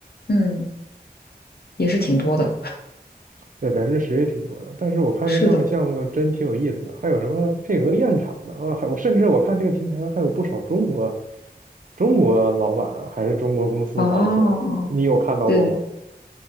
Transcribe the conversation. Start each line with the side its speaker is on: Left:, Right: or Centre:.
Left: 嗯，也是挺多的。
Right: 对，百分之十也挺多的。但是我看那上面项目真挺有意思的，
Left: 是的，
Right: 还有什么配合验厂的啊，还我甚至我看这个平台上还有不少中国中国老板还是中国公司发的项目，
Left: 哦，
Right: 你有看到过吗？
Left: 对对